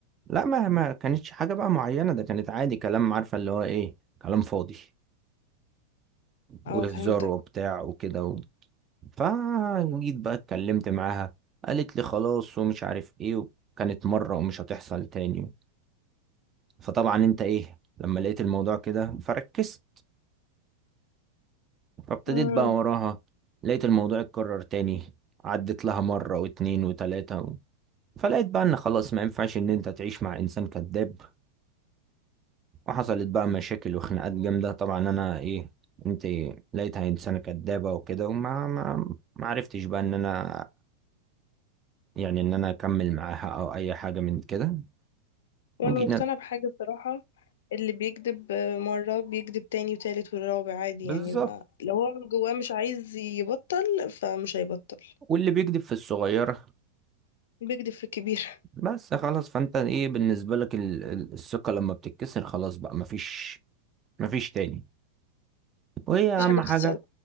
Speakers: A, on the right; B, on the left.
A: لا ما ما كانتش حاجة بقى معينة ده كانت عادي كلام عارفة اللي هو ايه كلام فاضي
B: اه
A: وهزار
B: فهمتك
A: وبتاع وكده و... فجيت بقى اتكلمت معاها قالت لي خلاص ومش عارف ايه وكانت مرة ومش هتحصل تاني فطبعا انت ايه لما لقيت الموضوع كده فركزت فابتديت
B: مم.
A: بقى وراها لقيت الموضوع اتكرر تاني عدت لها مرة واتنين وتلاتة فلقيت بقى ان خلاص ما ينفعش ان انت تعيش مع انسان كذاب وحصلت بقى مشاكل وخناقات جامده طبعا انا ايه انت لقيتها انسانه كذابه وكده وما ما ما عرفتش بقى ان انا يعني ان انا اكمل معاها او اي حاجه من كده
B: وأنا
A: وجينا
B: مقتنعة بحاجة بصراحة اللي بيكذب مرة بيكذب تاني وتالت والرابع عادي
A: بالظبط
B: يعني ما لو هو من جواه مش عايز يبطل فمش هيبطل
A: واللي بيكذب في الصغيره
B: بيكذب في الكبير
A: بس خلاص فانت ايه بالنسبه لك ال- ال- الثقه لما بتتكسر خلاص بقى مفيش مفيش تاني وهي
B: مفيش
A: اهم
B: حاجة بتتصلح
A: حاجه